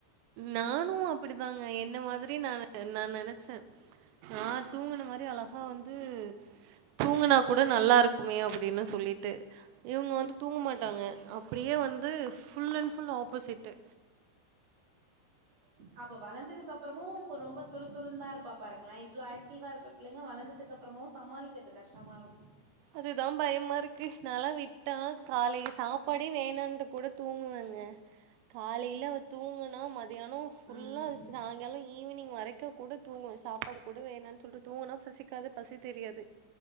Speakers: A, on the right; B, on the right.
A: நானு அப்படிதா என்ன மாதிரி நானு நா நென ச்ச நா தூங்குன மாரி அழகா வந்து தூங்கினா கூட நல்லாருக்குமே அப்டின்னு சொல்லிட்டு இவங்க வந்து தூங்க மாட்டாங்க அப்படியே வந் தூஃப் ஃபுல் அண்ட் ஃபுல் ஆப்போசிட்டு்
B: அப்ப வளர்ந்ததுக்கப்புறமு ரொம்ப துரு துருந்தா ருப்பா பாருங்களே இவ்ளோ ஆக் தீவா இருக்கிற பிள்ளைங்க வளந்ததுக்கப்புறமு சமாளிக்கிறது கஷ்டமா ருக்கு
A: அதுதா பயமா ருக்கு நல்லா விட்டா காலைல சாப்பாடே வேணான்ட்டு கூட தூங்குவங்க காலையில அவ தூங்குனா மதி தியானோ ஃபுல்லா
B: ம்
A: சாயங்கால ஈவினிங் வரைக்கும் கூட தூங்குவ சாப்பாடு கூட வேணா சொல்லிட்டு தூங்கனா பசிக்காது பசி தெரியாது